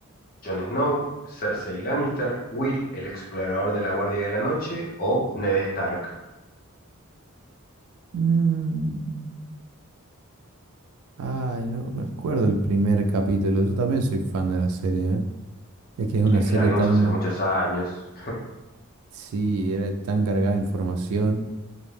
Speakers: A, on the left; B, on the right.
A: ¿Jon Snow, Cersei Lannister, Will, el explorador de la Guardia de la Noche o Ned Stark?
B: Mm, Ay, no me acuerdo el primer capítulo. Yo también soy fan de la serie, ¿eh? Es que es una
A: Es
B: serie
A: que la vimos
B: tan,
A: hace muchos años.
B: sí, era tan cargada de información.